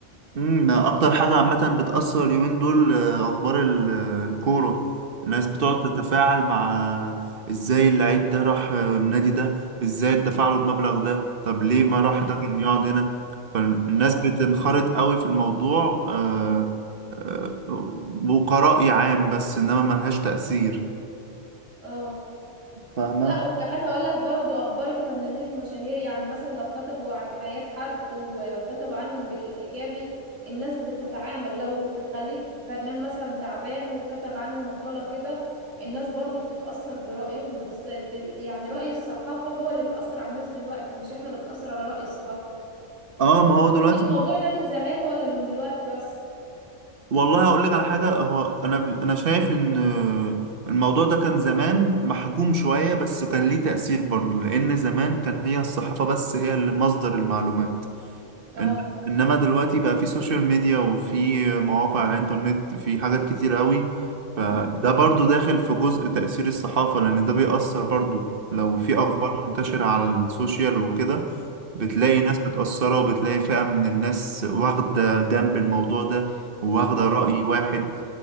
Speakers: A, on the right (about 50°); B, on the right (about 80°).
A: امم ده اكتر حاجة عامة بتأثر اليومين دول آه، اخبار ال- آه، الكورة الناس بتقعد
B: امم
A: تتفاعل مع آه، ازاي اللعيب ده راح آه، النادي ده ازاي اتدفع له المبلغ ده طب ليه ما راح
B: اه
A: ده كان يقعد هنا فالناس
B: اه
A: بتنخرط قوي في الموضوع آه، آه، وكرأي عام بس انما ملهاش تأثير
B: اه
A: فاهمة
B: لا وكمان هقول لك برضو اخبار الفنانين المشاهير يعني مثلا لو كتبوا عن حياة حد و- وكتبوا عنهم بالايجابي الناس بتتعامل لو يخليك فنان مثلا تعبان وكتب عنه مقالة كده الناس برضو بتتأثر برأيهم بتص... بال... يعني رأي الصحافة هو اللي بيأثر على الناس دلوقتي مش احنا اللي بنأثر على رأي الصحافة
A: اه ما هو دلوقتي
B: هل الموضوع ده من زمان ولا من دلوقتي بس
A: والله هقول لك على حاجة هو أنا أنا شايف إن الموضوع ده كان زمان محجوم شوية بس كان ليه تأثير برضه لأن زمان كان هي الصحافة بس هي اللي مصدر المعلومات
B: اه
A: إن- انما دلوقتي بقى في سوشيال ميديا وفي مواقع انترنت في حاجات كتير قوي فده
B: امم
A: برضو داخل في جزء تأثير الصحافة لان ده بيأثر برضو لو في اخبار
B: امم
A: منتشرة على السوشيال وكده بتلاقي
B: امم
A: ناس متأثرة وبتلاقي فئة من الناس واخدة جنب الموضوع ده وواخدة
B: امم
A: رأي واحد